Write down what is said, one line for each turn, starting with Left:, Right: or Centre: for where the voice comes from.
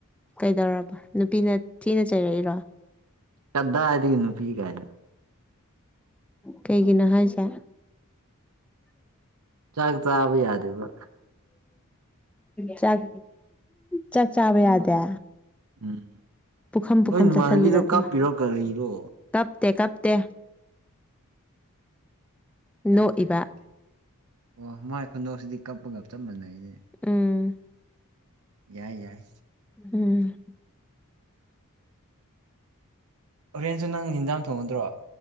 Centre: ꯀꯩꯗꯧꯔꯕ ꯅꯨꯄꯤꯅ ꯊꯤꯅ ꯆꯩꯔꯛꯏꯔꯣ
Right: ꯀꯗꯥꯏꯗꯒꯤ ꯅꯨꯄꯤ ꯀꯥꯏ
Centre: ꯀꯩꯒꯤꯅꯣ ꯍꯥꯏꯁꯦ
Right: ꯆꯥꯛ ꯆꯥꯕ ꯌꯥꯗꯦꯕ
Centre: ꯆꯥꯛ ꯆꯥꯛꯆꯥꯕ ꯌꯥꯗꯦ
Right: ꯎꯝ
Centre: ꯄꯨꯈꯝ
Right: ꯅꯣꯏ
Centre: ꯄꯨꯈꯝ
Right: ꯅꯃꯥꯟꯅꯕꯤꯗꯣ
Centre: ꯆꯥꯁꯤꯜꯂꯤꯔꯣ ꯑꯗꯨꯒ
Right: ꯀꯥꯞꯄꯤꯔꯣ ꯀꯔꯤꯔꯣ
Centre: ꯀꯞꯇꯦ ꯀꯞꯇꯦ
Right: ꯌꯥꯝ
Centre: ꯅꯣꯛꯏꯕ
Right: ꯐꯩ ꯑꯗꯨꯗꯤ ꯑꯣ ꯃꯥꯏ ꯈꯨꯨꯟꯗꯣꯛꯁꯤꯗꯤ ꯀꯞꯄꯒ ꯆꯞ ꯃꯥꯟꯅꯩꯌꯦ
Centre: ꯎꯝ
Right: ꯌꯥꯏ ꯌꯥꯏ
Centre: ꯎꯝ
Right: ꯍꯣꯔꯦꯟꯁꯨ ꯅꯪꯅ ꯍꯤꯟꯖꯥꯡ ꯊꯣꯡꯒꯗ꯭ꯔꯣ